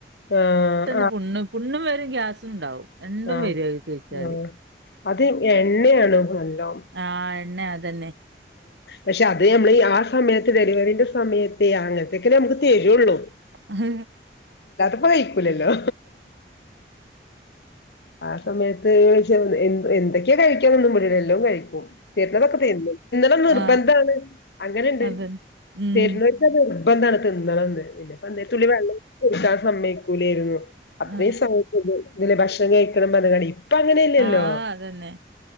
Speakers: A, on the left; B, on the right.
A: ആ
B: ണ് പുണ്ണു പുണ്ണും വരും ഗ്യാസുംണ്ടാവും രണ്ടും
A: ആഹ്
B: വരു കഴിച്ചാല്
A: ആഹ് അത് എണ്ണയാണ് നല്ലോ
B: ആ പിന്നെ അതന്നെ
A: പക്ഷെ അത് നമ്മൾ ഈ ആ സമയത്ത് ഡെലിവറിന്റെ സമയത്തേ അങ്ങനത്തൊക്കെ നമുക്ക് തരുള്ളൂ
B: അത
A: അ കഴിക്കൂലല്ലോ ആ സമയത്ത് വിള എ എന്തൊക്കെയാ കഴിക്കൻ ഒന്നും മുടിില്ല എല്ലാം കഴിക്കും തരുന്നതൊക്കെ തീന്ന് ഇന്നലെ നിർബന്ധണ്
B: ആ
A: അങ്ങനെുണ്ട്
B: അതന്നെ ഉം
A: തരന്ന് വെച്ചത ഇപ്പ എന്താണ് തിന്ന പിന്നെപ്പ അന്നേത്തുള്ളി വെള്ളം എക്കാൻ സമയക്കൂലായിരുന്നു അത്രയും
B: ആ
A: സഹായിണ്ട് ഇലെ ഭക്ഷണം കഴിക്കണം മ കട അപ്പ അങ്ങനെല്ലല്ലോ
B: ആ അതന്നെ